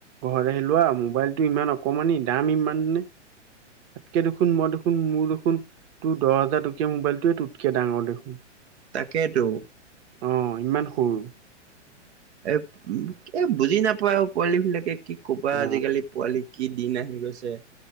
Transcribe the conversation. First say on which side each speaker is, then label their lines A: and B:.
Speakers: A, on the right (about 35°); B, on the right (about 65°).
A: ঘৰত আহিলোৱা মোবাইলটো ইমান অকমানি দাম ইমান নে৷ তাতকে দেখোন মই দেখোন মোৰ দেখোন তোৰ দহ হাজাৰ টকীয়া মোবাইলটোৱে তোতকে ডাঙৰ দেখোন৷
B: তাকেতো৷
A: অ ইমান সৰু৷
B: এ-এ বুজি নাপায় আৰু পোৱালি বিলাকে৷ কি ক'বা
A: অ
B: আজিকালি পোৱালি কি দিন আহি গৈছে৷